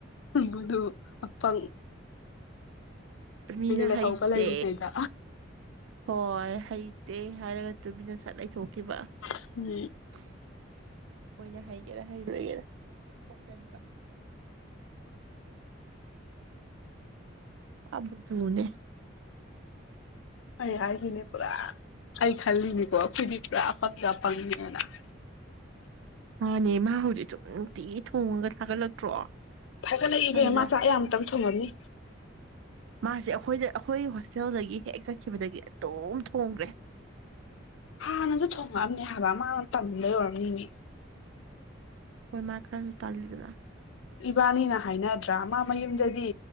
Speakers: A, on the left; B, on the right.
A: ꯎꯗꯨ ꯑꯄꯥ
B: ꯃꯤꯅ
A: ꯂꯩꯍꯧꯕ
B: ꯍꯩꯇꯦ
A: ꯂꯩꯔꯤꯉꯩꯗ
B: ꯍꯣꯏ ꯍꯩ ꯇꯦ ꯍꯥꯏꯔꯒ ꯇꯨꯕꯤꯅ ꯁꯠ ꯂꯩꯊꯣꯛꯈꯤꯕ ꯑꯩꯈꯣꯏꯅ
A: ꯎꯝ
B: ꯍꯩꯒꯦꯔꯥ ꯍꯩꯔꯣꯏꯒꯦꯔꯥ ꯊꯣꯡꯖꯤꯟꯕ ꯑꯕꯗꯨꯅꯦ
A: ꯑꯩ ꯍꯥꯏꯁꯤꯅꯦ ꯄꯨꯔꯥ ꯑꯩ ꯈꯜꯂꯤꯅꯤꯀꯣ ꯑꯩꯈꯣꯏꯗꯤ ꯄꯨꯔꯥ ꯑꯐꯪꯗ ꯑ ꯄꯪꯉꯦꯅ
B: ꯃꯥꯥꯟꯅꯦ ꯃꯥ ꯍꯧꯖꯤꯛ ꯁꯨꯡꯅꯨꯡꯇꯤ ꯊꯣꯡꯉꯒ ꯊꯥꯒꯠꯂꯛꯇ꯭ꯔꯣ
A: ꯐꯖꯅ ꯏꯕꯃꯆꯥꯥꯛ
B: ꯑꯗꯨꯗ
A: ꯑꯌꯥꯝꯛꯇꯪ ꯊꯣꯡꯉꯝꯅꯤ
B: ꯃꯥꯁꯦ ꯑꯩꯈꯣꯏꯗ ꯑꯩꯈꯣꯏ ꯍꯣꯁꯇꯦꯜꯗꯒꯤ ꯍꯦꯛ ꯆꯠꯈꯤꯕꯗꯒꯤ ꯑꯗꯨꯝ ꯊꯣꯡꯈ꯭ꯔꯦ
A: ꯍꯥꯟꯅꯁꯨ ꯊꯣꯡꯉꯛꯑꯝꯅꯦ ꯍꯥꯏꯕ ꯑꯃ ꯇꯟꯗ ꯌꯧꯔꯝꯅꯤꯅꯦ
B: ꯍꯣꯏ ꯃꯥ ꯈꯔꯁꯨ ꯇꯂꯤꯗꯅ
A: ꯏꯕꯥꯅꯤꯅ ꯍꯥꯏꯅꯗ꯭ꯔꯦ ꯠꯇ꯭ꯔ ꯃꯥ ꯃꯌꯨꯝꯗꯗꯤ